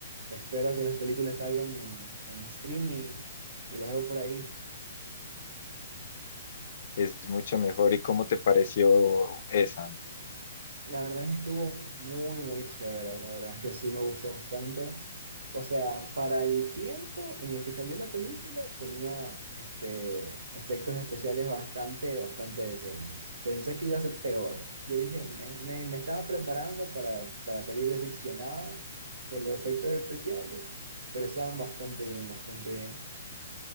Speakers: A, on the right (about 80°); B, on the left (about 50°).
A: Espero que las películas salgan en, en streaming y las veo por ahí.
B: es mucho mejor. ¿Y cómo te pareció esa?
A: La verdad estuvo muy, muy chévere, la verdad es que sí me gustó bastante. O sea, para el tiempo en el que salió la película tenía este, efectos especiales bastante, bastante decentes. Pensé que iba a ser peor. Yo dije, me, me, me estaba preparando para, para salir decepcionado por los efectos especiales, pero estaban bastante bien, bastante bien.